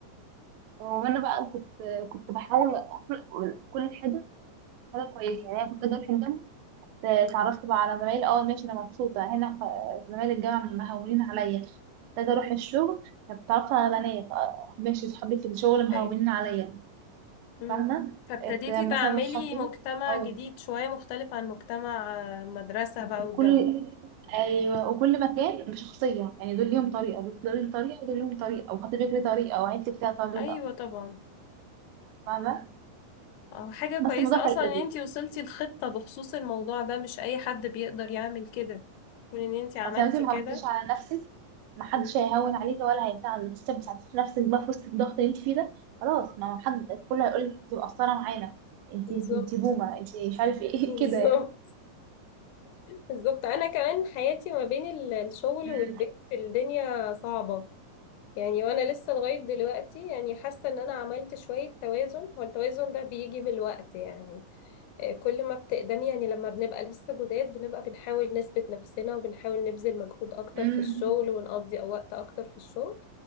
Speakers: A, on the right; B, on the left.
A: وانا بقى كنت كنت بحاول اخلق من كل حاجه حاجه كويسه يعني انا كنت اجي في الجامعه اتعرفت بقى على زمايلي اه ماشي انا مبسوطة هنا خ- زمايل الجامعة مهونين عليا كنت اجي اروح الشغل اتعرفت على بنات آه، ماشي صحابي في الشغل مهونين
B: ايوه
A: عليا
B: مم.
A: فاهمة
B: فابتديتي
A: ات-
B: تعملي
A: مثلا خطيبي
B: مجتمع
A: أو
B: جديد شوية مختلف عن مجتمع آه، مدرسة بقى والجامعة
A: كل أيوة وكل مكان بشخصية يعني دول ليهم طريقة دول ليهم طريقة ودول ليهم طريقة وخطيبك ليه طريقة وعيلتك ليها طريقة
B: ايوه طبعا
A: فاهمة
B: اه حاجة
A: بس
B: كويسة
A: الموضوع كان
B: اصلا
A: لذيذ
B: ان انتي وصلتي لخطة بخصوص الموضوع ده مش اي حد بيقدر يعمل كده كون ان انتي عملتي
A: أصل أنت ما
B: كده
A: غلطتيش على نفسك محدش
B: مم.
A: هيهون عليكي ولا هيساعدك بس ما ساعدتيش نفسك بقى في وسط الضغط اللي انت فيه ده خلاص ما هو حد كله هيقول لك انت مقصرة معانا انت
B: بالظبط
A: انت انت بومة انت مش عارف ايه
B: <laughs> بالظبط
A: <laughs> كده يعني
B: بالظبط انا كمان حياتي ما بين ال- الشغل
A: أمم،
B: والبيت الدنيا صعبة يعني وانا لسه لغاية دلوقتي يعني حاسة ان انا عملت شوية توازن هو التوازن ده بيجي بالوقت يعني آه، كل ما بتقدمي يعني لما بنبقى لسه جداد بنبقى بنحاول نثبت نفسنا وبنحاول نبذل مجهود أكتر
A: أمم،
B: في الشغل ونقضي وقت أكتر في الشغل